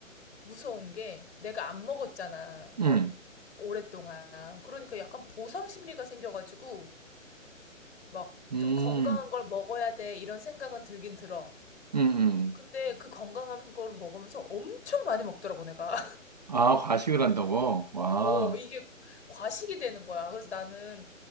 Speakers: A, on the left; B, on the right.
A: 무서운 게 내가 안 먹었잖아. 몇,
B: 음,
A: 오랫동안. 그러니까 약간 보상 심리가 생겨가지고 막
B: 음,
A: 좀 건강한 걸 먹어야 돼 이런 생각은 들긴 들어.
B: 음, 음.
A: 근데 그 건강한 걸 먹으면서 엄청 많이 먹더라고, 내가.
B: 아, 과식을 한다고? 와,
A: 어, 이게 과식이 되는 거야. 그래서 나는